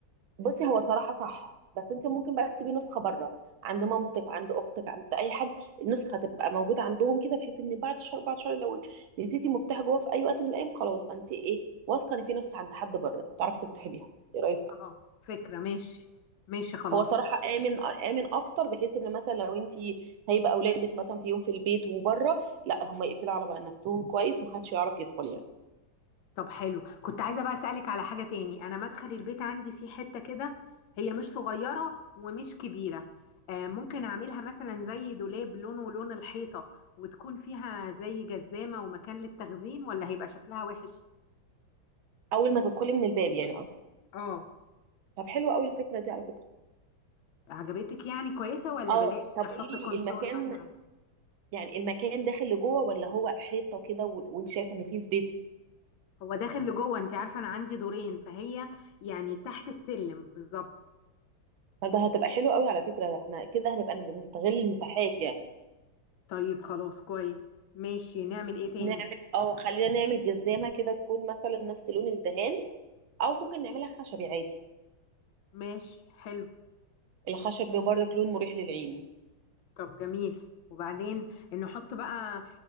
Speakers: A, on the right; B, on the left.
A: بصي هو صراحة صح بس انت ممكن بقى تسيبي نسخة بره عند مامتك عند اختك عند اي حد النسخة تبقى موجودة عندهم كده بحيث ان بعد شهر بعد شهر لو نسيتي مفتاح جوه في اي وقت من الايام خلاص فانت ايه واثقة ان في نسخة عند حد بره تعرفي تفتحي بيها ايه رأيك؟
B: خلاص فكره ماشي ماشي خلاص
A: هو صراحة آمن آمن أكتر بحيث إن مثلا لو أنت سايبة أولادك مثلا في يوم في البيت وبره لا هما يقفلوا على بقى نفسهم كويس ومحدش يعرف يدخل يعني
B: طب حلو كنت عايزة بقى أسألك على حاجة تاني أنا مدخل البيت عندي في حتة كده هي مش صغيرة ومش كبيرة آه، ممكن أعملها مثلا زي دولاب لونه لون الحيطة وتكون فيها زي جزامة ومكان للتخزين ولا هيبقى شكلها وحش
A: أول ما تدخلي من الباب يعني قصدي
B: اه
A: طب حلوة أوي الفكرة دي على فكرة
B: عجبتك يعني كويسة ولا
A: اه
B: بلاش
A: طب
B: نحط
A: قولي لي
B: كونسول
A: المكان
B: مثلا
A: يعني المكان داخل لجوه ولا هو حيطه كده و- وانت شايف ان في سبيس
B: هو داخل لجوه انت عارفة أنا عندي دورين فهي يعني تحت السلم بالظبط
A: فده هتبقى حلو قوي على فكره ده احنا كده هنبقى بنستغل المساحات يعني
B: طيب خلاص كويس ماشي نعمل ايه تاني
A: نعمل او خلينا نعمل جزامه كده تكون مثلا نفس لون الدهان او ممكن نعملها خشبي عادي
B: ماشي حلو
A: الخشبي برضك لون مريح للعين
B: طب جميل وبعدين نحط بقى